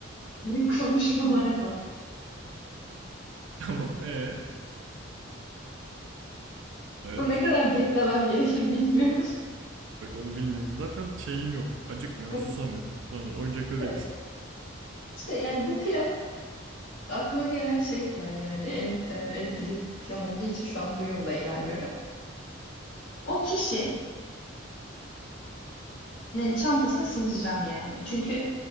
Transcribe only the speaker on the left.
<laughs> konuşmalardan.
Bu ne kadar beklemem gerekir bilmiyorum.
<laughs> Bu,
evet. İşte yani bu plan aklıma gelen şey plan yani en e, etkili plan olduğu için şu an bu yolla ilerliyorum. O kişinin çantasına sızacağım yani. Çünkü